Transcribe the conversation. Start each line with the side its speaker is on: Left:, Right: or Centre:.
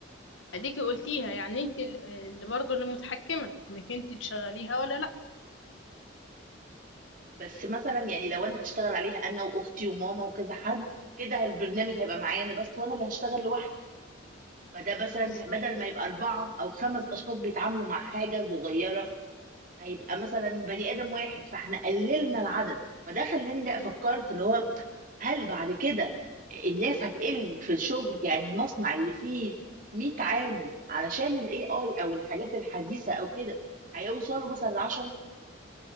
Left: اديكي قلتيها يعني انت ال- اللي برضو اللي متحكمة انك انت تشغليها ولا لا
Right: بس مثلا يعني لو انا هشتغل عليها انا واختي وماما وكذا حد كده البرنامج هيبقى معايا انا بس وانا اللي هشتغل لوحدي فده مثلا
Left: بالظبط
Right: بدل ما يبقى أربعة أو خمس أشخاص بيتعاملوا مع حاجة صغيرة هيبقى مثلا بني آدم واحد فاحنا قللنا العدد فده خلاني لا فكرت اللي هو هل بعد كده الناس هتقل في الشغل يعني المصنع اللي فيه 100 عامل علشان الاي اي او الحاجات الحديثة او كده هيوصلوا مثلا ل 10